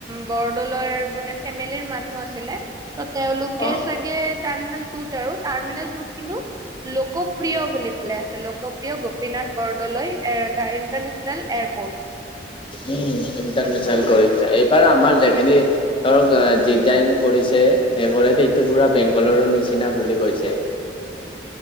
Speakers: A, on the right; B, on the left.
A: বৰদলৈৰ মানে। ফেমিলিৰ মানুহ আছিলে ত তেওঁলোকে
B: অ
A: চাগে তাৰ মানে। টুট আৰু টাৰ্মিনেল টুট কিন্তু। লোকপ্ৰিয় বুলি পেলাই আছে লোকপ্ৰিয় গোপীনাথ বৰদলৈ এটা ইণ্টাৰনেশ্যনেল এয়াৰপৰ্ট।
B: উ ইণ্টাৰনেচনেল কৰিছে এইবাৰ আমাৰ যেখিনি। ধৰক ডিজাইন কৰিছে সেইটো পুৰা বেংগলৰৰ নিচিনা বুলি কৈছে।
A: <inaudible>